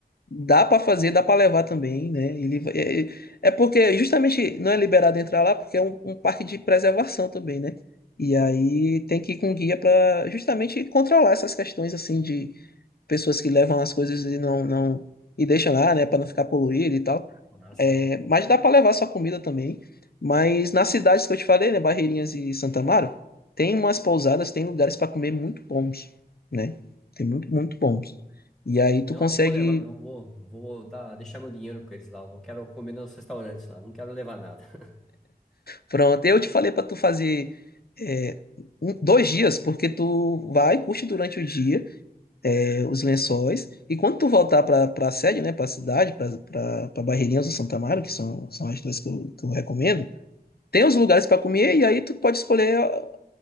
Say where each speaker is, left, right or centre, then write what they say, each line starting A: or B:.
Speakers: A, on the left (about 70°); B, in the centre.
A: Dá pra fazer, dá pra levar também, né? Ele, vai- é, é é porque justamente não é liberado entrar lá porque é um, um parque de preservação também, né? E aí tem que ir com guia pra justamente controlar essas questões assim de pessoas que levam as coisas e não, não e deixam lá, né? Pra não ficar poluído e tal.
B: Massa.
A: É, mas dá pra levar sua comida também. Mas nas cidades que eu te falei, né? Barreirinhas e Santa Amaro, tem umas pousadas, tem lugares pra comer muito bons, né? Tem muito, muito bons. E aí tu
B: Não,
A: consegue
B: não vou levar, não. Vou, vou dar, deixar meu dinheiro com eles lá. Eu quero comer nos restaurantes lá. Não quero levar nada. <laughs>
A: Pronto, eu te falei para tu fazer é, um- dois dias, porque tu vai, curte durante o dia é, os lençóis, e quando tu voltar para a sede, né, para a cidade, para pra pra Barreirinhas do Santo Amaro, que são, são as duas que eu, que eu recomendo, tem os lugares para comer e aí tu pode escolher ó,